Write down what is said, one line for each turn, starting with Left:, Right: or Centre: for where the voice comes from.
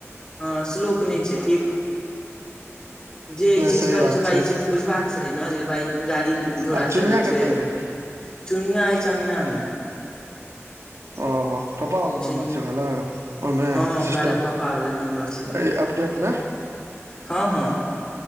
Left: हँ स्लोप नहि छैय ठीक। जे ई
Right: नहि
Left: चीज
Right: सही
Left: करै
Right: बात
Left: छैय ओकरा
Right: छै
Left: ई चीज बुझबाक चाही ने जे भाय गाड़ी घोड़ा
Right: आ चुनिया
Left: चलै छैय।
Right: कतऽ यै
Left: चुनिया अछि अगना मे।
Right: ओ पपावला
Left: चुन
Right: नम्बर छभेलो ओहिमे
Left: हँ
Right: सिस्टम
Left: कहलक पप्पा वाला नम्बर छै
Right: अ अपडेटमे।
Left: हँ हँ